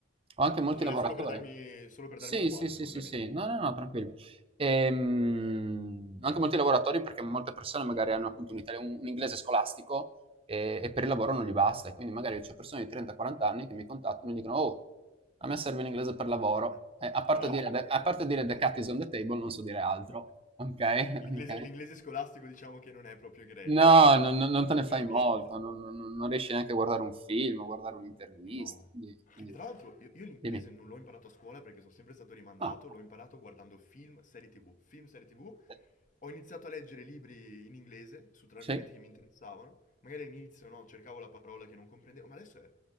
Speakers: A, on the right; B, on the left.
A: ho anche molti Ah.
B: Era
A: lavoratori.
B: solo per darmi, solo per
A: Sì,
B: darmi un quadro,
A: sì, sì,
B: scusami.
A: sì, sì. No, no, no, tranquillo. Ehm, anche molti lavoratori perché molte persone magari hanno appunto un italia un un inglese scolastico, e e per il lavoro non gli basta, e quindi magari c'ho persone di 30, 40 anni che mi contattano e mi dicono: "Oh, a me serve l'inglese per lavoro."
B: Eh,
A: E a
B: Tra
A: parte
B: l'altro,
A: Ah, dire the okay. a parte dire
B: tra-
A: "the cat is on the table" non so dire altro, okay,
B: eh,
A: <laughs>
B: l'inglese
A: okay.
B: l'inglese scolastico diciamo che non è proprio egregio,
A: No, non non non
B: <laughs> non
A: te ne fai
B: per niente.
A: molto, non non non non riesci neanche a guardare un film, o guardare un'intervista,
B: No.
A: quindi quindi
B: Che tra l'altro io, io l'inglese
A: dimmi.
B: non l'ho imparato a scuola perché sono sempre stato rimandato,
A: Ah.
B: l'ho imparato guardando film, serie TV, film, serie TV.
A: Eh,
B: Ho iniziato a leggere libri in inglese su tre
A: Sì.
B: argomenti che mi interessavano. Magari all'inizio no, cercavo la parola che non comprendevo, ma adesso è...